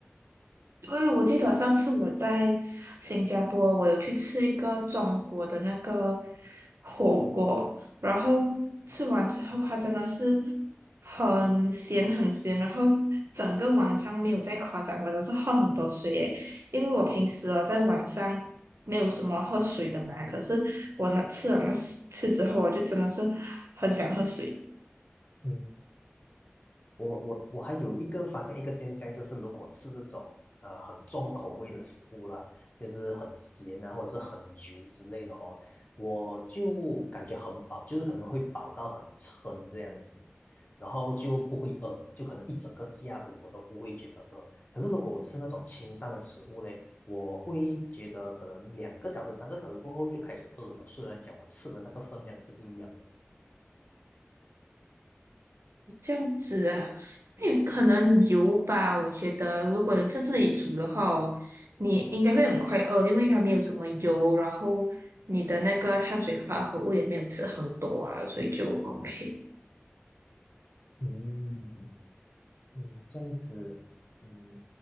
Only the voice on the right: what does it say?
对，我记得上次我在新加坡，我有去吃一个中国的那个火锅，然后吃完之后，它真的是很咸很咸，然后整个晚上没有再夸张，我真是喝很多水耶，因为我平时哦在晚上没有什么喝水的嘛，可是我那吃了那吃之后，我就真的是很想喝水。
这样子啊，因为可能油吧，我觉得如果你是自己煮的话哦，你应该会很快饿，因为它没有什么油，然后你的那个碳水化合物也没有吃很多啊，所以就 OK。